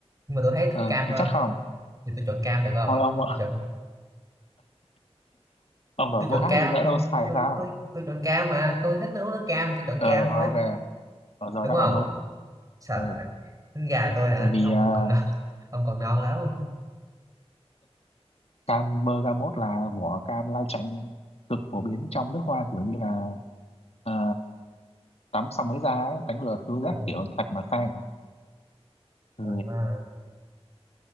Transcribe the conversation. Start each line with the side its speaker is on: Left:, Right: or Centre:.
Right: nhưng mà tôi thấy thích
Left: Ừ
Right: cam hơn
Left: chắc không
Right: thì tôi chọn cam được không
Left: Thôi ông
Right: tôi chọn
Left: ông đổi
Right: tôi chọn
Left: câu khác
Right: cam
Left: thì lỡ đâu sai
Right: tôi
Left: sao
Right: tôi tôi chọn cam mà tôi thích nấu nước cam tôi chọn
Left: ờ
Right: cam thôi
Left: ok ở giờ
Right: đúng
Left: đáp
Right: không
Left: án đúng
Right: sợ
Left: ừ.
Right: tính gà tôi hả
Left: tại vì
Right: ông
Left: uh,
Right: còn non <laughs> ông còn non lắm
Left: cam bergamot là vỏ cam lai chanh cực phổ biến trong nước hoa kiểu như là ờ, tắm xong mới ra ấy, đánh lừa khứu giác
Right: Ờ,
Left: kiểu sạch mà sang ừ.
Right: ờ, ờ,